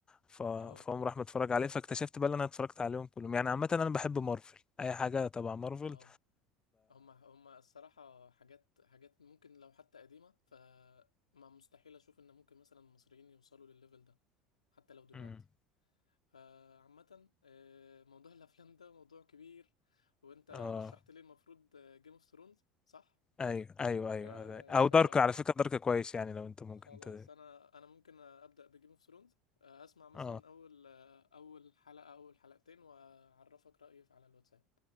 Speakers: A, on the left; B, on the left.
A: ف...
B: اه
A: فهم راح متفرج عليه فاكتشفت بقى اللي انا اتفرجت عليهم كلهم يعني عامة انا بحب مارفل اي حاجة تبع مارفل
B: اه هما هما الصراحة حاجات حاجات ممكن لو حتى قديمة فما مستحيل أشوف إن ممكن مثلا المصريين يوصلوا للليفل ده حتى لو دلوقتي
A: مم.
B: فعامة آه، موضوع <laughs> الأفلام ده موضوع كبير وأنت
A: اه
B: رشحت لي المفروض جيم اوف ثرونز صح؟
A: ايوه ايوه ايوه
B: آه
A: هذا- او
B: ف
A: دارك على فكره دارك كويس يعني لو انت ممكن
B: خلاص
A: ت...
B: انا انا ممكن ابدا بجيم اوف ثرونز آه هسمع مثلا
A: اه
B: اول آه، اول حلقه اول حلقتين واعرفك رايي على الواتساب